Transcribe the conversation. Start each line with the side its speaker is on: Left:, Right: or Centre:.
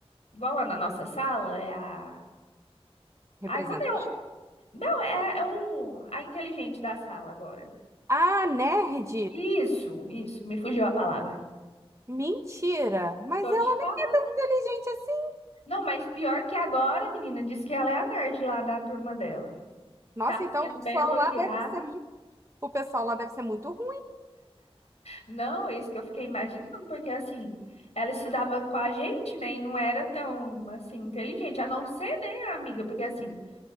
Left: igual lá na nossa sala, é a.
Right: Representa.
Left: Ai, quando eu. Não, é, é o, a inteligente da sala agora.
Right: Ah, nerd?
Left: Isso, isso, me fugiu a palavra.
Right: Mentira! Mas
Left: Tô
Right: ela
Left: te falando.
Right: nem é inteligente assim.
Left: Não, mas pior que agora, menina, diz que ela é a nerd lá da turma dela.
Right: Nossa,
Left: Tá
Right: então
Left: sendo
Right: o pessoal
Left: bem elogiada.
Right: lá deve ser muito, o pessoal lá deve ser muito ruim.
Left: Não, é isso que eu fiquei imaginando, porque assim, ela estudava com a gente, né, e não era tão, assim, inteligente, a não ser, né, amiga, porque assim,